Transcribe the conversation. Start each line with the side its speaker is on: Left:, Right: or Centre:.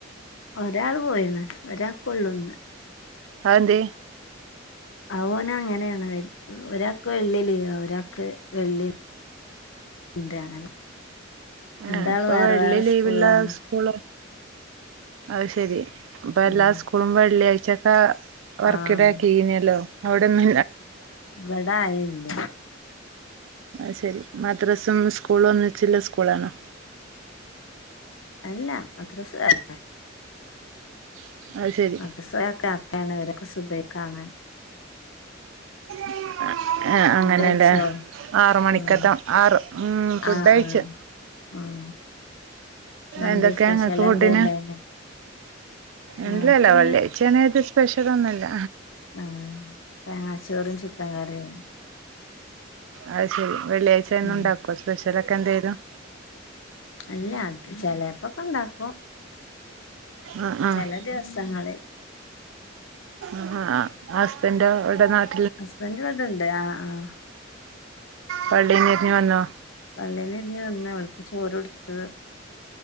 Left: ഒരാൾ പോയിണ് ഒരാക്കുള്ളുന്നു
Right: അതന്തേ
Left: അ ഓന് അങ്ങനെയാണ് ഒരാൾക്ക് വെള്ളി ലീവാ ഒരാൾക്ക് വെള്ളി ഇടെ അങ്ങനെ
Right: ആഹ്
Left: രണ്ടാളും
Right: ഇപ്പൊ
Left: വേറെ
Right: വെള്ളി
Left: വേറെ
Right: ലീവില്ല
Left: സ്കൂളാണ്
Right: സ്കൂള് അത് ശെരി അപ്പ എല്ലാ
Left: ഉം
Right: സ്കൂളും വെള്ളിയാഴ്ചക്കെ വർക്കിടയാക്കി
Left: ആഹ്
Right: ഇനല്ലോ അവിടെന്ന്
Left: വിടെ ആരൂല്ല
Right: അത് ശെരി മദ്രസും സ്കൂളും ഒന്നിച്ചുള്ള സ്കൂളാണോ
Left: അല്ല മദ്രസ വേറെ
Right: <unintelligible> ശരി
Left: മദ്രസ് ഒരാക്ക് അക്കാണ് ഒരൊക്ക് സുബഹിക്കാണ്
Right: <inaudible> ഏ
Left: ഫുഡഴിച്ചോ
Right: അങ്ങനെല്ലേ ആറുമണികത്തെ
Left: ഉം
Right: ആറ് ഉം ഫുഡഴിച്ചു
Left: ആഹ് ആഹ് ഉം ഇന്നെന്തേ
Right: എന്തൊക്കെ
Left: സ്പെഷ്യൽ
Right: ഇങ്ങക്ക് ഫുഡിന്
Left: എന്തേ ഇണ്ടായിനോ
Right: ഇല്ലല്ല
Left: ഞങ്ങക്കിന്ന്
Right: വെള്ളിയാച്ചേണ്ര്തി സ്പെഷ്യൽ ഒന്നുല്ല
Left: ആഹ് തേങ്ങാച്ചോറും ചിക്കൻ കറിയും
Right: അത് ശരി വെള്ളിയാഴ്ച എന്നും
Left: ഉം
Right: ഉണ്ടാക്കോ സ്പെഷ്യലൊക്കെ എന്തേലും
Left: അല്ല അത് ചിലേപ്പോക്കെ ഉണ്ടാക്കും
Right: ആഹ് ആഹ്
Left: ചില ദിവസങ്ങളിൽ
Right: ആഹ ഹസ്ബന്റോ ഇവിടെ നാട്ട്
Left: ഹസ്ബന്റ് ഇവിടെണ്ട് ആഹ ആഹ
Right: പള്ളിന്ന് ര്ഞ് വന്നോ
Left: പള്ളിന്ന് രിഞ്ഞ് വന്ന് ഓല്ക്ക് ചോറൊടുത്ത്